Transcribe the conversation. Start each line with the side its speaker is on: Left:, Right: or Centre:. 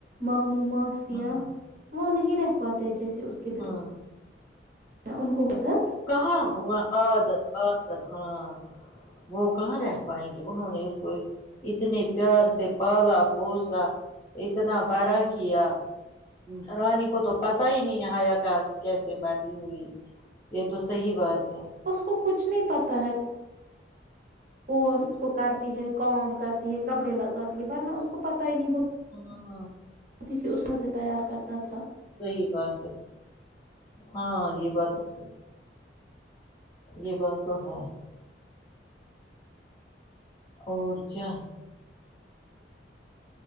Right: ماموں ماسیاں
Left: ہاں
Right: وہ نہیں رہ پاتے جیسے اس کے بی
Left: ہاں
Right: ان کو ہوتا
Left: کہاں وہ عادت عادت ہاں وہ کہاں رہ پائیں گے انہوں نے اس کو ایک اتنی پیار سے پالا پوسا اتنا بڑا کیا رانی کو تو پتا ہی نہیں حیا کا کیسے بڑی ہوئی یہ تو صحیح بات ہے
Right: اس کو کچھ نہیں پتا ہے کوون کو کرتی ہے کام کرتی ہے کپڑے لگاتی ہے ورنہ اس کو پت ہی نہیں ہوتا
Left: ہاں
Right: اسی اس میں سے تیار کرتا تھا
Left: صحی بات ہے ہاں یہ بات تو صحی یہ بات تو ہے اور کیا